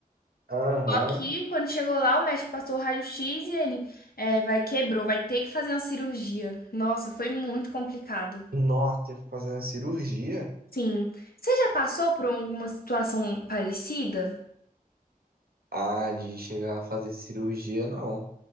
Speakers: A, on the right; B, on the left.
A: Aham.
B: Só que quando chegou lá, o médico passou o raio-x e ele é, vai quebrou, vai ter que fazer uma cirurgia. Nossa, foi muito complicado.
A: Nossa, teve que fazer uma cirurgia?
B: Sim. Você já passou por alguma situação parecida?
A: Ah, de chegar a fazer cirurgia, não.